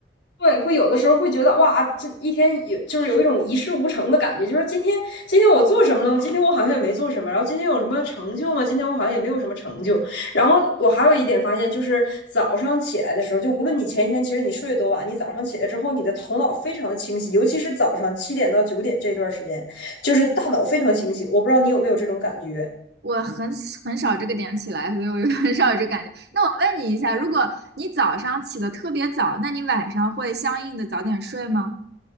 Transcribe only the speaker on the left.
对，会有的时候会觉得哇，这一天有就是有一种一事无成的感觉，就是今天今天我做什么了吗？今天我好像也没做什么，然后今天有什么成就吗？今天我好像也没有什么成就。然后我还有一点发现，就是早上起来的时候，就无论你前一天其实你睡得多晚，你早上起来之后，你的头脑非常的清晰，尤其是早上七点到九点这段时间，就是大脑非常清晰。我不知道你有没有这种感觉。